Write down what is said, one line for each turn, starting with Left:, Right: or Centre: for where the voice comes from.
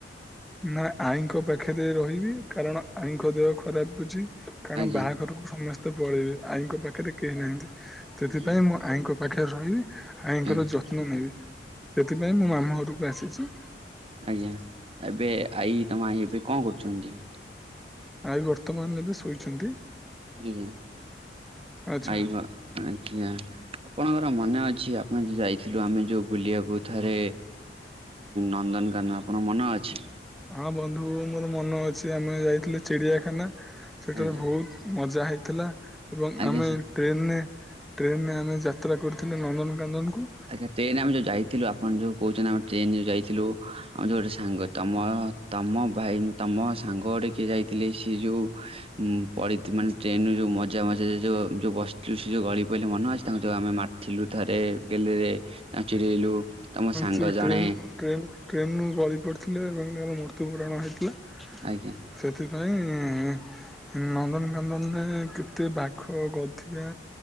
Centre: ନା ଆଇଙ୍କ ପା ପାଖରେ ରହିବି କାରଣ ଆଇଁଙ୍କ ଦେହ ଖରାପ ଅଛି କାରଣ
Right: ଆଜ୍ଞା
Centre: ବାହାଘରକୁ ସମ ତ ପଳେଇବି ଆଈଙ୍କ ପାଖରେ କେହି ନାହାଁନ୍ତି ସେଥିପାଇଁ
Right: ଆଜ୍ଞା
Centre: ମୁଁ ଆଈଙ୍କ ପାଖରେ ରହିବି। ଆଈଙ୍କର
Right: ଆଜ୍ଞା
Centre: ଯତ୍ନ ନେବି ସେଥିପାଇଁ ମୁଁ ମାମୁଁ ଘରକୁ ଆସିଛି।
Right: ଆଜ୍ଞା ଏବେ ଆଇ ତମ ଆଇ ଏବେ କଣ କରୁଛନ୍ତି?
Centre: ଆଇ ବର୍ତ୍ତମାନ ଏବେ ଶୋଇଛନ୍ତି।
Right: ଆଜ୍ଞା
Centre: ଆଚ୍ଛା
Right: ଆଇ ଭ ଆଜ୍ଞା ଆପଣଙ୍କର ମନେ ଅଛି ଆପଣ ଯୁ ଯାଇଥିଲୁ ଆମେ ଯୋଉ ବୁଲିବାକୁ ଥରେ ନନ୍ଦନକାନନ ଆପଣ ମନ ଅଛି?
Centre: ହଁ ବନ୍ଧୁ ମୋର ମନ ଅଛି ଆମେ ଯାଇଥିଲେ ଚିଡିଆଖାନା। ସେଠାରେ
Right: ଆଜ୍ଞା
Centre: ବହୁତ ମଜା ହେଇଥିଲା ଏବଂ
Right: ଆଜ୍ଞା
Centre: ଆମେ
Right: ସେ
Centre: ଟ୍ରେନରେ ଟ୍ରେନ ରେ ଆମେ ଯାତ୍ରା କରୁଥିଲେ ନନ୍ଦନକାନନକୁ।
Right: ଆଜ୍ଞା ଟ୍ରେନ ଆମେ ଯଉ ଯାଇଥିଲୁ ଆପଣ ଯୁ କହୁଛନ୍ତି ଆମେ ଟ୍ରେନ ଯୁ ଯାଇଥିଲୁ ଯୁ ଗୋଟେ ସାଙ୍ଗ ତମ ତମ ଭାଇ ତମ ସାଙ୍ଗ ଗୋଟେ କିଏ ଯାଇଥିଲେ ସିଏ ଯେଉଁ ପଡି ମାନେ ଟ୍ରେନ୍ର ଯେଉ ମଜା <unintelligible> ବସିଥିଲୁ ସେ ଯେଉଁ ଗଳି ପଡ଼ିଲ ମନ ଅଛି ତାଙ୍କୁ ଯେଉଁ ଆମେ ମାରିଥିଲୁ ଥରେ ଗେଲରେ ଚିଡେଇଲୁ ତମ ସାଙ୍ଗ
Centre: ସେ
Right: ଜଣେ
Centre: ଟ୍ରେନ୍ ଟ୍ରେନ୍ ଟ୍ରେନ୍ରୁ ଗଳି ପଡ଼ିଥିଲେ ଏବଂ ତାର ମୃତ୍ୟୁବରଣ ହୋଇଥିଲା।
Right: ଆଜ୍ଞା।
Centre: ସେଥିପାଇଁ ନନ୍ଦନକାନନରେ କେତେ ବାଘ ଗଧିଆ